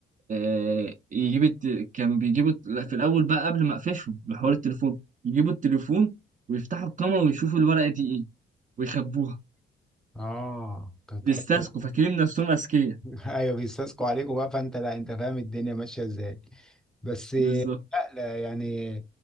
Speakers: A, on the right; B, in the centre.
A: آه يجيب الت... كانوا بيجيبوا الت- لا، في الأول بقى قبل ما أقفشهم بحوار التليفون يجيبوا التليفون ويفتحوا الكاميرا ويشوفوا الورقة دي إيه ويخبوها
B: اه كانت
A: بيستسقوا
B: حلوه
A: فاكرين نفسهم أذكياء
B: <laughs> ايوه بيستسقوا عليكم بقى فانت لا انت فاهم الدنيا ماشيه ازاي بس لا,
A: بالظبط
B: لا يعني